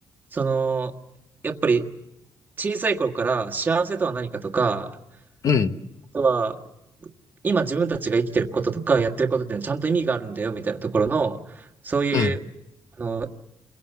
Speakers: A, on the right (about 25°); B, on the left (about 50°).
A: その、やっぱり小さい頃から幸せとは何かとか、
B: うん。
A: あとは今自分たちが生きてることとかやってることっていうのはちゃんと意味があるんだよみたいなところの、そういう、
B: うん。
A: あの、